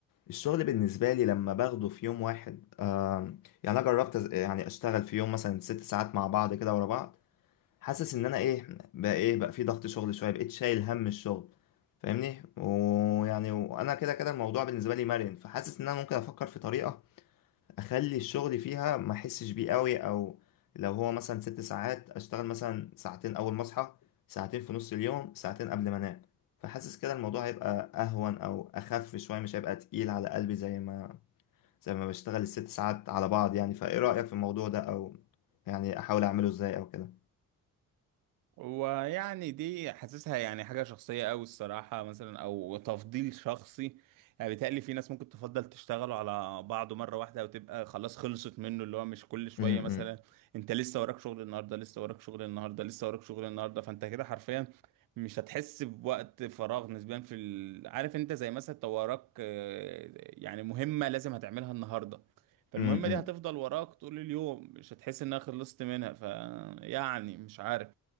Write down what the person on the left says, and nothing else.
الشغل بالنسبة لي لما باخده في يوم واحد آه يعني انا جربت أز- يعني اشتغل في يوم مثلا ست ساعات مع بعض كده ورا بعض حاسس ان انا ايه بقى ايه بقى في ضغط شغل شوية بقيت شايل هم الشغل فاهمني ويعني وانا كده كده الموضوع بالنسبة لي مرن فحاسس ان انا ممكن افكر في طريقة اخلي الشغل فيها ما احسش بيه قوي او لو هو مثلا ست ساعات اشتغل مثلا ساعتين اول ما اصحى ساعتين في نص اليوم ساعتين قبل ما انام فحاسس كده الموضوع هيبقى اهون او اخف شويه مش هيبقى تقيل على قلبي زي ما زي ما بشتغل الست ساعات على بعض يعني فايه رايك في الموضوع ده او يعني احاول اعمله ازاي او كده
امم
امم